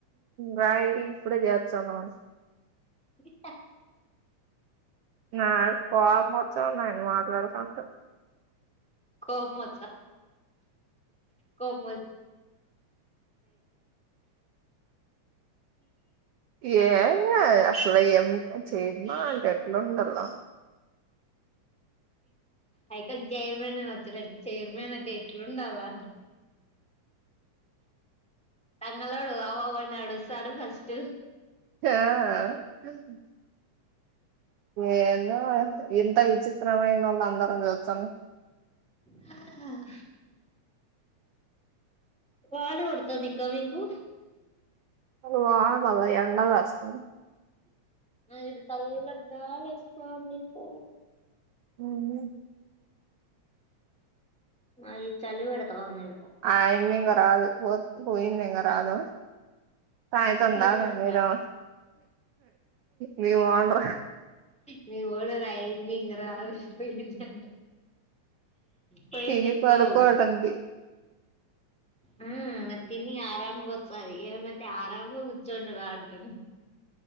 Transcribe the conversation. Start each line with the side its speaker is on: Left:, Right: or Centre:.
Right: రాయి ఇప్పుడే చేస్తా మ
Centre: ఇ
Right: నా పోవ పోచ్చాన్నాయి మాటలాడ స
Centre: క మ్ అ కొ మ
Right: ఏ ఏ అసలే ఏం చేయన్నంటెట్లోండల
Centre: అయిక చైర్మన్ అని వచ్చారడి చైర్మన్ అంటే ఎట్లుండాల తంగలోడు అవవున్నాడుస్తడు ఫస్ట్
Right: హో ఏదో ఇంత విచిత్రమయిైన వాళ్ళు అందరం చూస్తాను
Centre: హ హ వానపడతదా మీకు
Right: అసల వాన పడల ఎంండ కాస్తుంది
Centre: అ ఇటు చల్లటి గాలి వస్తాంది. అక్క
Right: అవున
Centre: మా చలి పెడతాంది ఈడ
Right: ఆ యమ్మి ఇంక రాదు పో పోయింది ఇక రాదు సాయంత్రం దాక
Centre: ఎవరుక్క
Right: మీరు మీ ఒనరు
Centre: మీ వాల్ రైమింగ్ రాదు పోయిందంట పోయిందెక్కో
Right: తిని పడుకోవటంది
Centre: ఉమ్ అది తిని ఆరాంగ వస్తుంది ఏమనంటే ఆ రాంమ్గ కూర్చోండి రా అంటుని